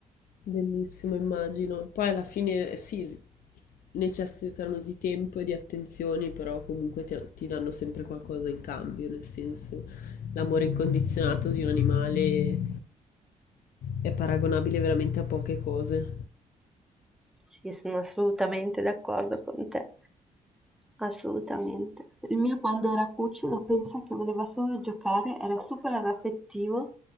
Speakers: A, on the left (about 60°); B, in the centre.
A: bellissimo, immagino. Poi alla fine eh, sì, necessitano di tempo e di attenzioni, però comunque ti, ti danno sempre qualcosa in cambio, nel senso l'amore incondizionato di un animale è paragonabile veramente a poche cose.
B: Sì, sono assolutamente d'accordo con te. Assolutamente. Il mio quando era cucciolo pensa che voleva solo giocare, era super anaffettivo.